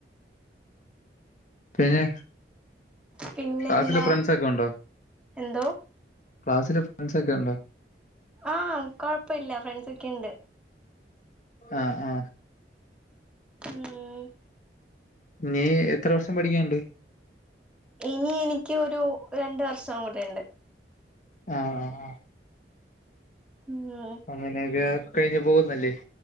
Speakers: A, on the left; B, in the centre.
A: പിന്നെ..
B: പിന്നെ
A: ക്ലാസിലെ
B: എന്താ
A: ഫ്രണ്ട്സൊക്കെ ഉണ്ടോ
B: എന്തോ?
A: ക്ലാസ്സില് ഫ്രണ്ട്സൊക്കെയു ണ്ടോ.
B: ആആ കൊഴപ്പില്ല ഫ്രണ്ട്സൊക്കെ യുണ്ട്
A: ആ ആ
B: ഊമ്
A: നീ എത്ര വർഷം പഠിക്യാണ്ട്
B: ഇനി എനിക്ക് ഒരു രണ്ട് വർഷം കൂടിയുണ്ട്
A: ആ ആ ആ
B: ഉം
A: അങ്ങനെയൊക്കെ കഴിഞ്ഞ് പോകുന്നല്ലേ..